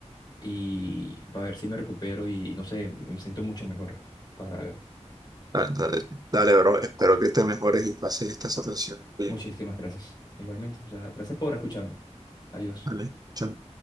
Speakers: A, on the left; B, on the right.
A: y para ver si me recupero y no sé, me siento mucho mejor para ver.
B: Dale, dale, dale, bro, espero que te mejores y pases esta situación bien,
A: Muchísimas gracias. Igualmente, o sea, gracias por escucharme. Adiós.
B: ¿vale? Chao.